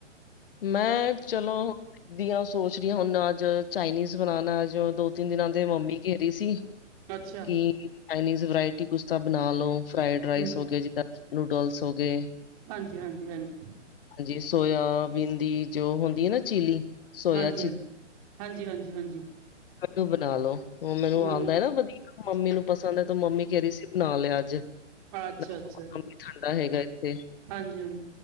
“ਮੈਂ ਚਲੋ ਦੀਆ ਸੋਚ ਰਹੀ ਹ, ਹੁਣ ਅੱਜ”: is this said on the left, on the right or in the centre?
Left